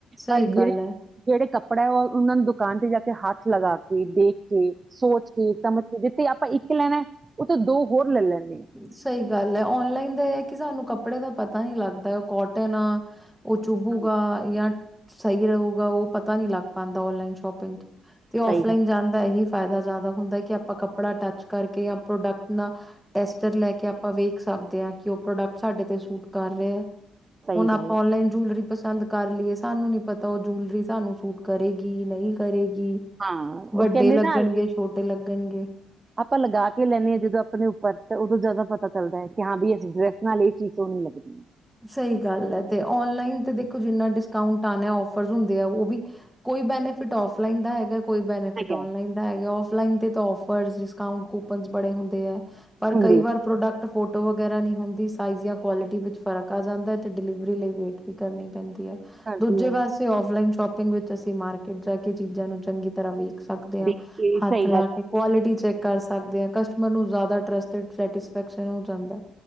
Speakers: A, in the centre; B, on the right.
A: ਸਹੀ
B: ਐ ਜਿਹੜੇ
A: ਗੱਲ ਹੈ
B: ਜਿਹੜੇ ਕੱਪ ਕੜਿਆ ਉਹਨਾਂ ਨੂੰ ਦੁਕਾਨ ਤੇ ਜਾ ਕੇ ਹੱਥ ਲਗਾ ਕੇ ਦੇਖ ਕੇ, ਸੋਚ ਕੇ ਸਮਝ ਕੇ, ਤੇ ਆਪਾਂ ਇੱਕ ਲੈਣਾ ਉਥੋਂ ਦੋ ਹੋਰ ਲੈ ਲੈਂਦੇ ਹਾਂ
A: ਸਹੀ ਗੱਲ ਹੈ ਔਨਲਾਈਨ ਦਾ ਇਹ ਕਿ ਸਾਨੂੰ ਕੱਪੜ ਕੱਪੜੇ ਦਾ ਪਤਾ ਨੀ ਲੱਗਦਾ ਉਹ ਕੋਟਨ ਆ। ਉਹ ਚੁਭੂਗਾ
B: ਹਾਂਜੀ
A: ਜਾਂ ਸਹੀ ਰਹੂਗਾ ਉਹ ਪਤਾ ਨਹੀਂ ਲੱਗ ਪਾਦਾ ਔਨਲਾਈਨ ਸ਼ੋਪਿੰਗ ਤੋਂ, ਤੇ ਔਫਲਾਈਨ
B: ਸਹੀ ਗੱਲ
A: ਜਾਣ ਦਾ ਇਹੀ, ਫ਼ਾਇਦਾ ਜ਼ਿਆਦਾ ਹੁੰਦਾ ਕਿ ਆਪਾਂ ਕੱਪੜਾ ਟੱਚ ਕਰਕੇ ਜਾਂ ਪ੍ਰੋਡਕਟ ਨਾਲ ਟੈਸਟਰ ਲੈ ਕੇ ਆਪਾਂ ਵੇਖ ਸਕਦੇ ਆ ਕਿ ਉਹ ਪ੍ਰੋਡਕਟ ਸਾਡੇ ਤੇ ਸੂਟ ਕਰ ਰਹੇ ਆ।
B: ਸਹੀ
A: ਹੁਣ ਆਪਾਂ
B: ਗੱਲ ਹੈ
A: ਔਨਲਾਈਨ ਜੂਲਰੀ, ਪਸੰਦ ਕਰ ਲਈਏ ਸਾਨੂੰ ਨੀ ਪਤਾ ਉਹ ਜੂਲਰੀ ਸਾਨੂੰ ਸੂਟ ਕਰੇਗੀ ਨਹੀਂ ਕਰੇਗੀ।
B: ਹਾਂ
A: ਵੱਡੇ
B: ਉਹ ਕਹਿੰਦੇ
A: ਲੱਗਣਗੇ
B: ਨਾ
A: ਛੋਟੇ ਲੱਗਣਗੇ
B: ਆਪਾਂ ਲਗਾ ਕੇ ਲੈਨੇ ਆ ਜਦੋਂ ਆਪਣੇ ਉੱਪਰ ਤੇ ਉਦੋਂ ਜ਼ਿਆਦਾ ਪਤਾ ਚੱਲਦਾ ਹੈ ਕਿ ਹਾਂ ਵੀ ਇਸ ਡਰੈਸ ਨਾਲ ਇਹ ਚੀਜ਼ ਸੋਹਣੀ ਲੱਗਦੀ ਹੈ।
A: ਸਹੀ ਗੱਲ ਹੈ ਤੇ ਔਨਲਾਈਨ ਤੇ ਦੇਖੋ, ਜਿੰਨਾ ਡਿਸਕਾਊਂਟ ਆਨਾ ਔਫਰਸ ਹੁੰਦੇ ਆ ਉਹ ਵੀ ਕੋਈ ਬੈਨੀਫਿਟ ਔਫਲਾਈਨ ਦਾ ਹੈਗਾ। ਕੋਈ ਬੈਨੀਫਿਟ
B: ਹੈਗਾ
A: ਔਨਲਾਈਨ ਦਾ ਹੈਗਾ ਔਫ ਔਫਲਾਈਨ ਤੇ ਤਾਂ ਔਫਰਸ ਡਿਸਕਾਊਂਟ ਕੂਪਨਸ ਬੜੇ ਹੁੰਦੇ ਹੈ। ਪਰ
B: ਹੁੰਦੀ
A: ਕਈ ਵਾਰ ਪ੍ਰੋਡਕਟ ਫੋਟ ਫੋਟੋ ਵਗੈਰਾ ਨਹੀਂ ਹੁੰਦੀ ਸਾਈਜ਼ ਜਾਂ ਕੁਆਲਿਟੀ ਵਿੱਚ ਫਰਕ ਆ ਜਾਂਦਾ ਤੇ ਡਿਲੀਵਰੀ ਲਈ ਵੇਟ ਵੀ ਕਰਨੀ ਪੈਂਦੀ।
B: ਕਰਦੀ
A: ਦੂਜੇ
B: ਹੈ
A: ਪਾਸੇ ਔਫਲਾਈਨ ਸ਼ੋਪਿੰ ਵਿੱਚ ਅਸੀਂ ਮਾਰਕੀਟ ਜਾ ਕੇ ਚੀਜ਼ਾਂ ਨੂੰ ਚੰਗੀ ਤਰ੍ਹਾਂ ਵੇਖ ਸਕਦੇ ਹਾਂ
B: ਦੇਖ ਕੇ
A: ਹੱਥ
B: ਸਹੀ
A: ਲਾ
B: ਗੱਲ
A: ਕੇ ਕੁਆਲਿਟੀ ਚੈਕ, ਕਰ ਸਕਦੇ ਹਾਂ ਕਸਟਮਰ ਨੂੰ ਜ਼ਿਆਦਾ ਟਰਸਟ ਸੈਟਿਸਫੈਕਸ਼ਨ ਹੋ ਜਾਂਦਾ।